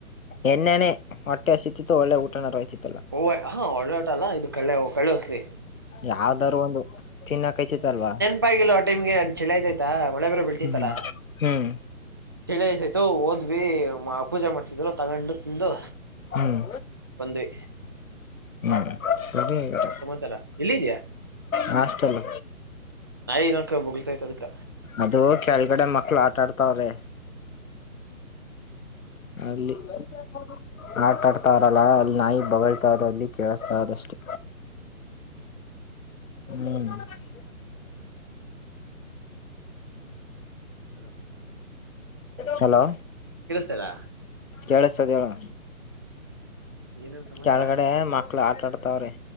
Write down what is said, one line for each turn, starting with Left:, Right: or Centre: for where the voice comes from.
Left: ಎಣ್ಣೆನೆ ಹೊಟ್ಟೆ ಹಸತಿತ್ತು ಒಳ್ಳೆ ಊಟ ನರಯ್ತಿತ್ತು
Right: ಓ ಹಾ ಒಳ್ಳೆ ಓಟ ಅಲ್ಲಾ ಇದು ಕಳ್ಳೆ ಕಳ್ಳೆ ಹೊಸಲಿ
Left: ಯಾವ್ದಾರೂ ಒಂದು ತಿನ್ನಕ್ಕಯ್ತಾತ್ತಲ್ಲವಾ
Right: ಪ್ಪ ಆ ಟೈಮ್ಗೆ ಚಳಿ ಆಯ್ತಾಯ್ತಾ ಮಳೆ ಬೇರೆ ಬೀಳ್ತೈತ್ತಲ್ಲಾ
Left: ಹ್ಮ್ ಹ್ಮ್
Right: ಚಳಿ ಆಯ್ತಾಯ್ತು ಓದ್ವಿ ಪೂಜೆ ಮಾಡ್ಸದ್ರು ತಗೊಂಡು ತಿಂದು
Left: ಹ್ಮ್
Right: ಒಂದೇ
Left: ಹ್ಮ ಸರಿ ಆ
Right: ಸಮಾಚಾರ ಎಲ್ಲಿದ್ಯಾ
Left: ಹಾಸ್ಟೇಲ್
Right: ನಾಯಿ ನೋಡ್ಕೊ ಬೋಗಲತೈ್ತ ಅದಕ್ಕ
Left: ಅದು ಕೆಳಗಡೆ ಮಕ್ಳ ಆಟ ಆಡ್ತಾವ್ರೆ. ಅಲ್ಲಿ <unintelligible> ಆಟ ಆಡ್ತಾರಲ್ವಾ ಅಲ್ಲಿ ನಾಯಿ ಬೊಗಳ್ತಾ ಇದೆ ಅಲ್ಲಿ ಕೇಳಿಸ್ತಾ ಅದ ಅಷ್ಟೇ. <unintelligible>
Right: ಏನ್ ಸಮಾಚಾರ ಹಲೋ
Left: ಹಲೋ
Right: ಕೇಳಿಸ್ತಾ ಇಲ್ಲಾ
Left: ಕೇಳಿಸತದ ಹೇಳಣ
Right: ಏನೇನ್ ಸಮಾಚಾರ
Left: ಕೆಳಗಡೆ ಮಕ್ಳು ಆಟ ಆಡ್ತಾವ್ರೆ